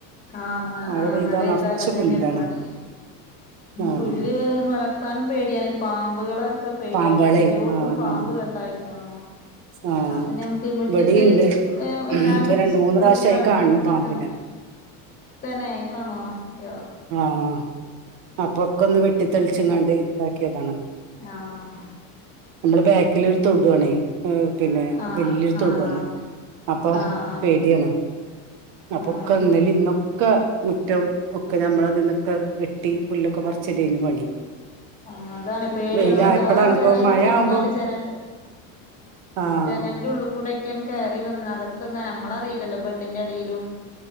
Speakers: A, on the left (about 20°); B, on the right (about 60°).
A: ആഹ
B: മഴ
A: ആ്
B: പെയ്താ
A: മഴേതാല്
B: നറച്ച്
A: അതെന്നെ
B: പുല്ലാണ്
A: പണി
B: ആഹ്
A: പുല് വളർത്താനും പേടിയാണ് പാമ്പുകള് ഒക്ക പേടിയപ്പെല്ലോടത്തും
B: പാമ്പാളെ ആഹ്
A: പാമ്പ്
B: ആഹ്
A: കണ്ടായിക്കണോ
B: ആഹ്
A: ആ പിന്നെ നമുക്ക് മുറ്റത്ത്
B: ഇവിടെയുണ്ട്
A: വല്ലാണ്ട്
B: ഇപ്പൊ രണ്ട് മൂന്ന് പ്രാവശ്യായി
A: പുല്ല് വളർന്ന്
B: കാണണ്
A: നിർത്തിക്കാൻ
B: പാമ്പിനെ
A: പറ്റ തന്നെ കാണുവോ അയ്യോ
B: ആഹ ആപൊ ഒക്കൊന്ന് വെട്ടി തെളിച്ചുംങ്ങാണ്ടി ഇതാക്കിയതാണ്
A: ആഹ
B: നമ്മള് ബാക്കിൽ ഒരു തൊടുവാണെ ഏ പിന്നെ
A: ആഹ്
B: <unintelligible>
A: ആഹ്
B: അപ്പൊ
A: ആഹ്
B: പേടിയാണ് അപ്പൊക്കെ
A: ആഹ് ആഹ്
B: ഇന്നലേ ഇന്നൊക്ക ഒക്ക മുറ്റം ഒക്കെ നമ്മള നിന്നൊക്കെ വെട്ടി പുല്ലൊക്കെ പറച്ചിടന് പണി
A: ആ അതാണ് പേടിയാണ്
B: വെയിലായപ്പളാണ്
A: അഥവാ ജനലൊക്കെ
B: ഇപ്പോ മഴ
A: തുറന്നാല്
B: ആവുമ്പോ
A: ജനല്
B: ആഹ്
A: ജനലിൻ്റെ ഉള്ള കൂടെ ഒക്കൻ കേറി വന്ന അകത്ത്ന്ന നമ്മളറീലല്ലോ ബെഡ്ന്റെ അടീലും